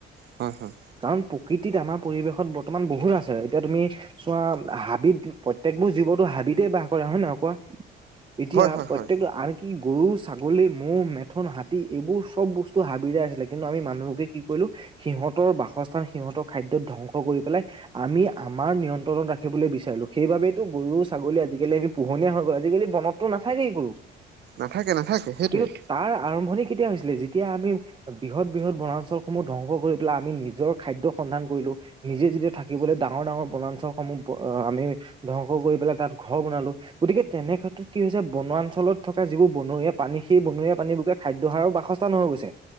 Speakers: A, on the right; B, on the right.
A: হয় হয়।
B: কাৰণ প্ৰকৃতিত আমাৰ পৰিৱেশত বৰ্তমান বহুত আছে, এতিয়া তুমি চোৱা হাবিত প্ৰত্যেকবোৰ জীৱনটো হাবিতে বাস কৰে হয় নহয় কোৱা? এতিয়া
A: হয় হয়
B: প্ৰত্যেকটো
A: হয়
B: আন কি গৰু, ছাগলী ম'হ, মেথন, হাতী এইবোৰ চব বস্তু হাবিৰেই আছিলে কিন্তু আমি মানুহবোৰে কি কৰিলোঁ সিহঁতৰ বাসস্থান সিহঁতৰ খাদ্যত ধ্বংস কৰি পেলাই আমি আমাৰ নিয়ন্ত্ৰণত ৰাখিবলৈ বিচাৰিলোঁ সেইবাবে গৰু ছাগলী আজিকালি আমি পোহনীয়া হৈ গ'ল, আজিকালি বনত তোৰ নাথাকেই গৰু,
A: নাথাকে নাথাকে সেইটোৱে
B: কিন্তু তাৰ আৰম্ভণি কেতিয়া হৈছিলে যেতিয়া আমি বৃহৎ বৃহৎ বনাঞ্চলসমূহ ধবংস কৰি পেলাই আমি নিজৰ খাদ্য সন্ধান কৰিলোঁ নিজে যেতিয়া থাকিবলৈ ডাঙৰ ডাঙৰ বনাঞ্চলসমূহ আমি ধ্বংস কৰি পেলাই তাত ঘৰ বনালো গতিকে তেনে ক্ষেত্ৰত কি হৈছে বনঞ্চলত থকা যিবোৰ বনৰীয়া পানী, সেই বনৰীয়া পানীবোৰে খাদ্যহাৰৰ বাসস্থা নহৈ গৈছে।